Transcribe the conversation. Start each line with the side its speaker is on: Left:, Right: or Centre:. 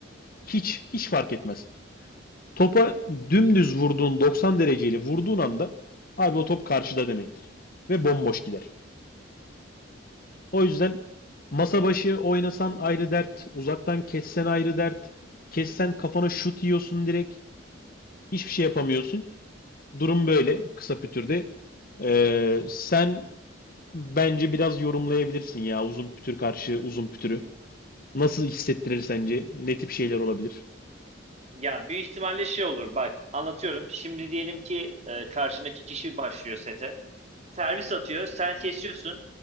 Left: Hiç, hiç fark etmez. Topa dümdüz vurduğun 90 dereceyle vurduğun anda abi o top karşıda demektir. Ve bomboş gider. O yüzden masa başı oynasan ayrı dert, uzaktan kessen ayrı dert, kessen kafana şut yiyorsun direkt. Hiçbir şey yapamıyorsun. Durum böyle kısa pütürde. Ee, sen bence biraz yorumlayabilirsin ya uzun pütür karşı uzun pütürü. Nasıl hissettirir sence? Ne tip şeyler olabilir?
Right: Ya büyük ihtimalle şey olur bak anlatıyorum. Şimdi diyelim ki e, karşındaki kişi başlıyor sete. Servis atıyor. Sen kesiyorsun.